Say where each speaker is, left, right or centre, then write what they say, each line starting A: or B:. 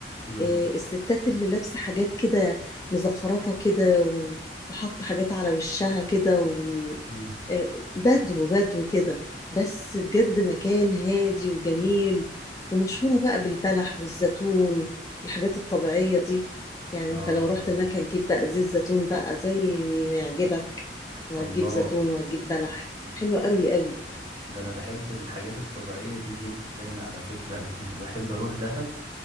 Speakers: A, on the right (about 25°); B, on the left (about 20°).
A: امم
B: إيه، الستات اللي لابسه حاجات كده مزخرفه كده و- وحاطه حاجات على وشها كده و
A: امم
B: إيه، بدو بدو كده بس بجد مكان هادي وجميل ومشهوره بقى بالبلح والزيتون الحاجات الطبيعيه دي يعني
A: اه
B: انت لو رحت هناك هتجيب بقى زيت زيتون بقى زي ما يعجبك وهتجيب
A: الله
B: زيتون وهتجيب بلح حلوة قوي قوي
A: ده انا بحب الحاجات الطبيعية دي جدا على فكرة انا كنت بحب اروح دهب